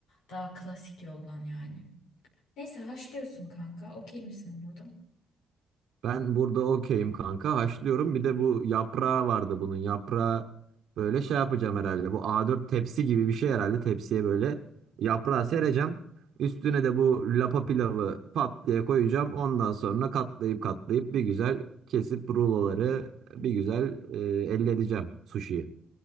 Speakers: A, on the left (about 90°); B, on the right (about 70°).
A: Daha klasik yoldan yani. Neyse haşlıyorsun kanka. Okey misin burada?
B: Ben burada okeyim kanka. Haşlıyorum. Bir de bu yaprağı vardı bunun. Yaprağı böyle şey yapacağım herhalde. Bu A4 tepsi gibi bir şey herhalde. Tepsiye böyle yaprağı sereceğim. Üstüne de bu lapa pilavı pat diye koyacağım. Ondan sonra katlayıp katlayıp bir güzel kesip ruloları bir güzel e, elde edeceğim sushiyi.